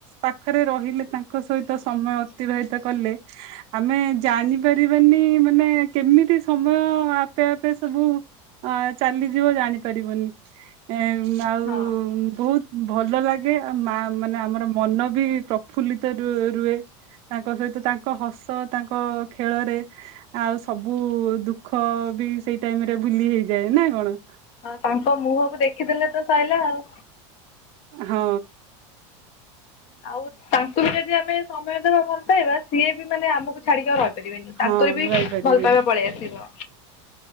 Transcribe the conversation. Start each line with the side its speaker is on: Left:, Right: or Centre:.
Right: ପାଖରେ ରହିଲେ ତାଙ୍କ ସହିତ ସମୟ ଅତିବାହିତ କଲେ ଆମେ ଜାଣିିପାରିବାନି ମାନେ କେମିତି ସମୟ ଆପେ ଆପେ ସବୁ ହଁ ଚାଲିଯିବ ଜାଣିପାରିବନି। ଏ ଆଉ
Left: ହଁ।
Right: ବହୁତ ଭଲ ଲାଗେ ଆଉ ମା ମାନେ ଆମର ମନ ବି ପ୍ରଫୁଲ୍ଲିତ ର- ରୁହେ ତାଙ୍କ ସହିତ ତାଙ୍କ ହସ ତାଙ୍କ ଖେଳରେ ଆଉ ସବୁ ଦୁଃଖ ବି ସେଇ ଟାଇମ ରେ ଭୁଲି ହେଇଯାଏ ନା କଣ?
Left: ଆଉ ତାଙ୍କ ମୁହଁକୁ ଦେଖିଦେଲେ ତ ସଇଲା ଆଉ।
Right: ହଁ।
Left: ଆଉ ତାଙ୍କୁ ବି ଯଦି ଆମେ ସମୟ ଦେବା ଭଲ ପାଇବା ସିଏ ବି ମାନେ ଆମକୁ ଛାଡିକି ଆଉ ରହି- ପାରିବିନି
Right: ହଁ
Left: ତାଙ୍କର ବି
Right: ରହିପାରିବେନି
Left: ଭଲ ପାଇବା ପଳେଇ ଆସିବ।